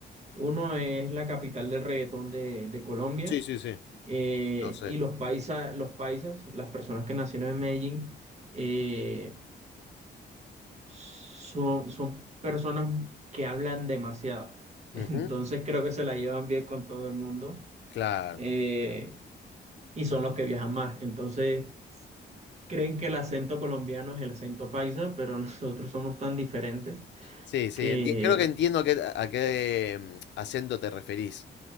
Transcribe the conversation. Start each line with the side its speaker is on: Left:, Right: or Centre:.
Right: uno es la capital del reggaetón de, de Colombia
Left: Sí, sí, sí,
Right: eh,
Left: lo sé.
Right: y los paisas, los paisas, las personas que nacieron en Medellín, eh, son, son personas que hablan demasiado. <laughs>
Left: Ujú,
Right: Entonces creo que se la llevan bien con todo el mundo
Left: claro.
Right: eh, y son los que viajan más. Entonces creen que el acento colombiano es el acento paisa, pero <laughs> nosotros somos tan diferentes
Left: Sí, sí,
Right: que
Left: enti- creo que entiendo a qué, a qué, mm, acento te referís.